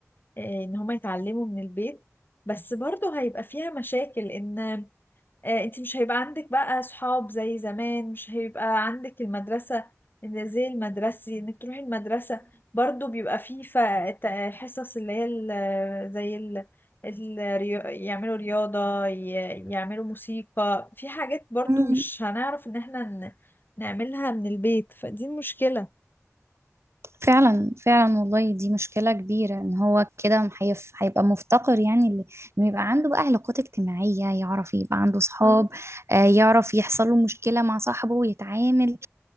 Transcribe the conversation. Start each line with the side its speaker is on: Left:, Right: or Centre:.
Left: ان هما يتعلموا من البيت بس برضه هيبقى فيها مشاكل ان آه، انت مش هيبقى عندك بقى صحاب زي زمان مش هيبقى عندك المدرسة إن زي المدرسي انك تروحي المدرسة برضو بيبقى فيه ف- ت- حصص اللي هي ال- زي ال... الريو... يعملوا رياضة ي... يعملوا موسيقى في حاجات برضو
Right: مم.
Left: مش هنعرف ان احنا ن... نعملها من البيت فدي مشكلة
Right: فعلا فعلا والله دي مشكلة كبيرة ان هو كده هيف- هيبقى مفتقر يعني ل- انه يبقى عنده بقى علاقات اجتماعية يعرف يبقى عنده صحاب
Left: اه
Right: آه، يعرف يحصل له مشكلة مع صاحبه ويتعامل